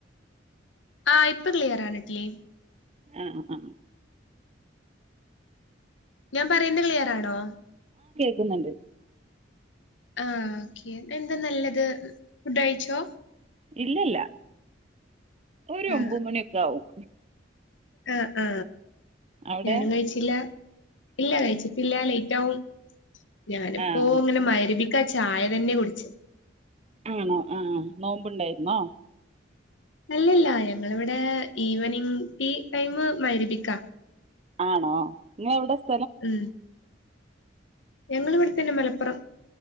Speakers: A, on the left (about 80°); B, on the right (about 35°).
A: ആ ഇപ്പൊ ക്ലിയറാണ് ക്ലി
B: ആഹ് ആ
A: ഞാൻ പറയ്ന്നേ ക്ലിയറാണോ
B: ക്കുന്ന്ണ്ട്
A: ആ ഓക്കെ. എന്ത നല്ലത്. ഫുഡ് കഴിച്ചോ?
B: ഇല്ലല്ല. ഒരു
A: ആ
B: ഒമ്പത് മണിയൊക്കെ ആവും.
A: ആ ആ
B: അവിടെ
A: ഞാനും കഴിച്ചില്ല. ഇല്ല കഴിച്ചിട്ടില്ലാ ലൈ റ്റാവും. ഞാനിപ്പോ
B: ആഹ്
A: അങ്ങനെ മഹ്‌രിബി ക്കാ ചായ തന്നെ കുടിച്ച്
B: ആണോ ആഹ് നോമ്പ്ണ്ടായിുന്നോ
A: അല്ലല്ല ഞങ്ങളിവിടെ ഈവനിങ് ടീ ടൈം മഅരിബിക്കാ
B: ആണോ നി എവിടെസ്
A: ഉം ഞങ്ങൾ ഇവിടെത്തന്നെ മലപ്പുറം